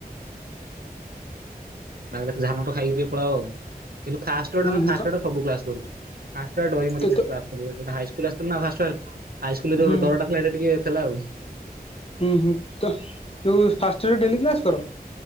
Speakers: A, on the right; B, on the left.
A: ବାହରେ ଏକାଥରେ ଝାଲ୍ ମଟର ଖାଇକି ଟିକେ ପଳାଅ ଆଉ। କିନ୍ତୁ ଫାଷ୍ଟ ରୁ ଏଟା
B: ହୁଁ
A: ମାନେ
B: ହୁଁ
A: ଫାଷ୍ଟ
B: ତ
A: ରୁ ଏଟା ସବୁ କ୍ଲାସ୍ କରିଚୁ। ଫାଷ୍ଟ ଡରିମରିକି
B: ତ
A: ଖାଲି
B: ତ
A: କ୍ଲାସ କରିବୁ। ହେତେବେଳକୁ ହାଇସ୍କୁଲ୍ ରୁ ଆସିଥିଲୁ ନ ଫାଷ୍ଟ୍ ଫାଷ୍ଟ୍। ହାଇସ୍କୁଲ୍ ଯୋଉ
B: ହୁଁ
A: ଡର ଟା ଥିଲା ହେଇଟା ଟିକେ ଥିଲା ଆଉ।
B: ଉ ହୁଁ। ତ ଯୋଉଁ ଫାଷ୍ଟ ଇୟରରେ ଡେଲି କ୍ଲାସ୍ କର?